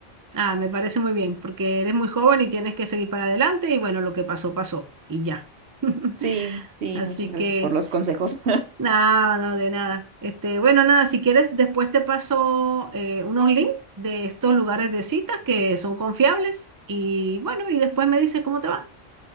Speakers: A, on the right; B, on the right.
A: Ah, me parece muy bien, porque eres muy joven y tienes que seguir para adelante y bueno, lo que pasó, pasó y ya. <laughs>
B: Sí, sí,
A: Así
B: muchas gracias
A: que...
B: por los consejos.
A: No, no, de nada. Este, bueno, nada, si quieres, después te paso eh, unos links de estos lugares de citas que son confiables y bueno, y después me dices cómo te va.